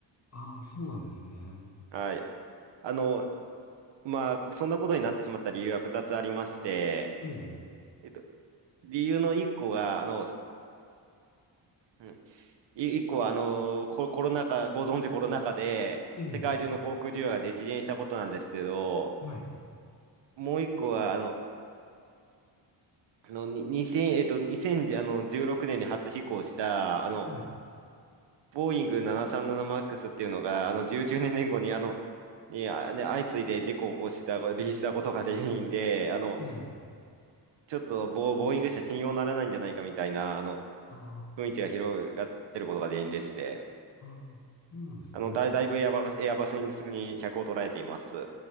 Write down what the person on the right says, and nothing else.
はい。あの、まあ、そんなことになってしまった理由は2つありまして、
えっと、理由の1個が、あの、うんい1個は、あの、ココロナ禍、ご存知コロナ禍で、
世界中の航空需要が激減したことなんですけど、
もう1個は、あの、あの、に2 0えっと、2016年に初飛行した、あの、
ボーイング 737MAX っていうのが、あの、19年後に、あの、に、あ、ね、相次いで事故を起こした、離陸したことが原因で、あの、
ちょっとボー、ボーイング社信用ならないんじゃないかみたいな、あの、
雰囲気が広がってることが原因でして、
あの、だ、だいぶエアバス、エアバスに客を捉えています。